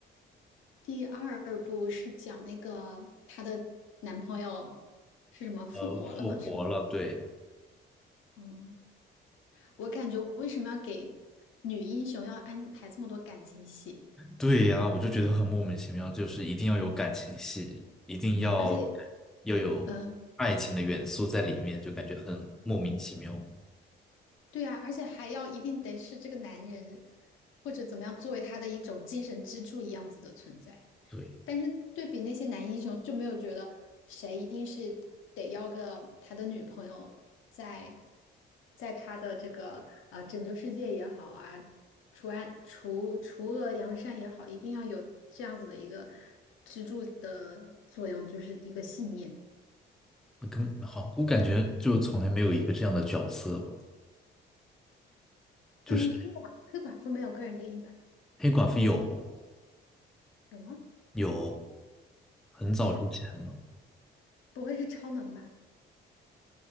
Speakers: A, on the left; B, in the centre.
A: 第二部是讲那个她的男朋友是什么复活了吗？
B: 呃，复活了，
A: 是吗？
B: 对。
A: 嗯，我感觉为什么要给女英雄要安排这么多感情戏，
B: 对呀，我就觉得很莫名其妙，就是一定要有感情戏，一定要
A: 而且，
B: 要有爱情的元素在里面，
A: 嗯、
B: 就感觉很莫名其妙。
A: 对啊，而且还要一定得是这个男人，或者怎么样，作为他的一种精神支柱一样子的存在。
B: 对，
A: 但是对比那些男英雄，就没有觉得谁一定是得要个他的女朋友在，在他的这个呃拯救世界也好啊，除暗除除恶扬善也好，一定要有这样子的一个支柱的作用，就是一个信念。
B: 那根本好，我感觉就从来没有一个这样的角色吧，就是
A: 嗯，黑寡黑寡妇没有个人电影版，
B: 黑寡妇有
A: 有吗？
B: 有很早之前了，
A: 是不会是超能吧？